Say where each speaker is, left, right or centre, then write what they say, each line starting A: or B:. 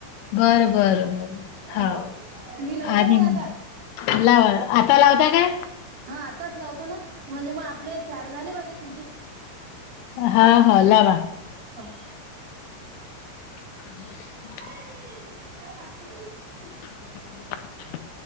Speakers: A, on the left; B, on the right.
A: बरं बरं बरं हाव
B: हो मी लाऊ का
A: आणि
B: मग आता?
A: लावा आता लावता काय?
B: हां आताच लावतो ना म्हणजे मग आपले चार झाले पाहिजे तु
A: हां हां लावा
B: हां
A: <inaudible>
B: <unintelligible> सांगते
A: <inaudible>